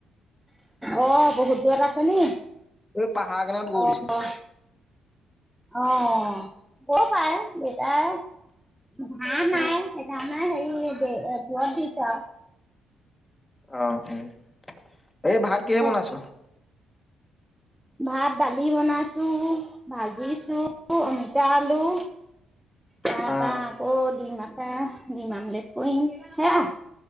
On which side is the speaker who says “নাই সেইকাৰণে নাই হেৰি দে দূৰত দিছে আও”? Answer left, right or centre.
Centre